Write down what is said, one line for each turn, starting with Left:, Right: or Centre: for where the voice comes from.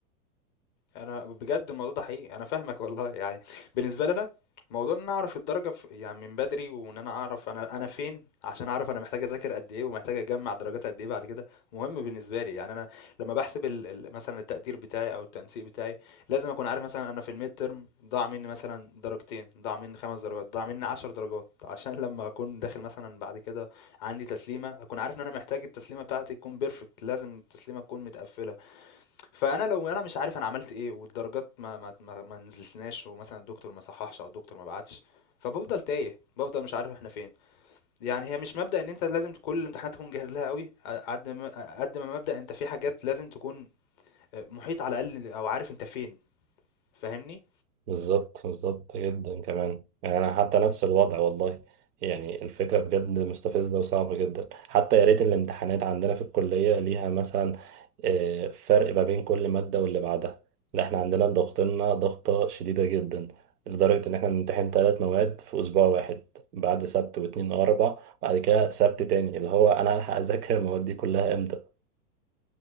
Left: أنا بجد الموضوع ده حقيقي، أنا فاهمك والله يعني بالنسبة لي أنا موضوع إن أنا أعرف الدرجة ف يعني من بدري وإن أنا أعرف أنا أنا فين عشان أعرف أنا محتاج أذاكر قد إيه ومحتاج أجمّع درجات قد إيه بعد كده، مهم بالنسبة لي، يعني أنا لمّا باحسب ال ال مثلًا التقدير بتاعي أو التنسيق بتاعي، لازم أكون عارف مثلًا أنا في الmidterm ضاع منّي مثلًا درجتين، ضاع منّي 5 درجات، ضاع منّي 10 درجات، <laughs> عشان لمّا أكون داخل مثلًا بعد كده عندي تسليمة، أكون عارف إن أنا محتاج التسليمة بتاعتي تكون perfect لازم التسليمة تكون متقفّلة. فأنا لو أنا مش عارف أنا عملت إيه والدرجات ما ما ما ما نزلتناش ومثلا الدكتور ما صححش أو الدكتور ما بعتش فبفضل تايه بفضل مش عارف احنا فين يعني هي مش مبدأ ان انت لازم كل الامتحانات تكون جاهز لها قوي قد ما قد ما مبدأ انت في حاجات لازم تكون آه، محيط على الاقل او عارف انت فين فاهمني
Right: بالظبط بالظبط جدا كمان يعني انا حتى نفس الوضع والله يعني الفكره بجد مستفزه وصعبه جدا حتى يا ريت الامتحانات عندنا في الكليه ليها مثلا آه، فرق ما بين كل ماده واللي بعدها لا احنا عندنا ضغطنا ضغطه شديده جدا لدرجه ان احنا بنمتحن ثلاث مواد في اسبوع واحد بعد سبت واثنين واربع بعد كده سبت تاني اللي هو انا هلحق اذاكر المواد دي كلها امتى